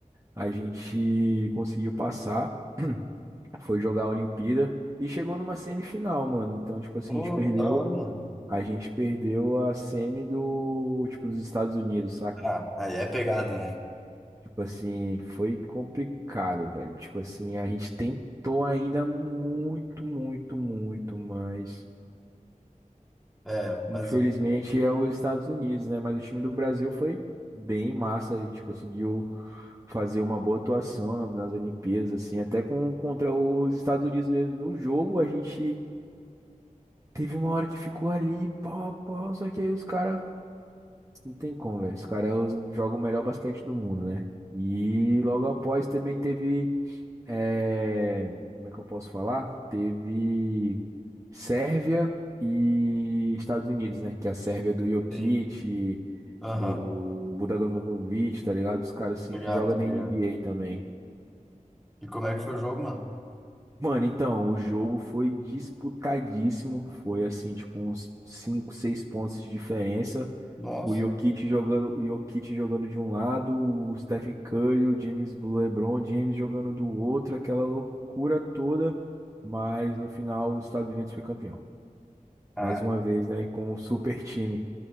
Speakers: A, on the right; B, in the centre.
A: A gente conseguiu passar, <clears throat> foi jogar a Olimpíada e chegou numa semifinal, mano. Então, tipo assim,
B: Pô,
A: a gente perdeu,
B: que da hora, mano.
A: a gente perdeu a semi do, tipo, dos Estados Unidos, saca?
B: Ah, aí é pegado, né?
A: Tipo assim, foi complicado, velho. Tipo assim, a gente tentou ainda muito, muito, muito, mas
B: É,
A: Infelizmente
B: mas o.
A: é os Estados Unidos, né? Mas o time do Brasil foi bem massa. A gente conseguiu fazer uma boa atuação nas Olimpíadas, assim, até com, contra os Estados Unidos mesmo. No jogo, a gente teve uma hora que ficou ali, pau, a pau, só que aí os caras. Não tem como, velho. Os caras jogam o melhor basquete do mundo, né? E logo após também teve. É, como é que eu posso falar? Teve Sérvia e Estados Unidos, né? Que é a Sérvia do Jokic,
B: Sim. Aham,
A: do Budagan Bogdanovic, tá ligado? Os caras assim
B: obrigado,
A: que jogam
B: obrigado.
A: na NBA também.
B: E como é que foi o jogo, mano?
A: Mano, então, o jogo foi disputadíssimo. Foi assim, tipo, uns 5, 6 pontos de diferença.
B: Nossa.
A: O Jokic jogando, o Jokic jogando de um lado, o Stephen Curry, o James, o LeBron James jogando do outro, aquela loucura toda. Mas no final, os Estados Unidos foi campeão.
B: Ah,
A: Mais uma vez, né? Com um super time.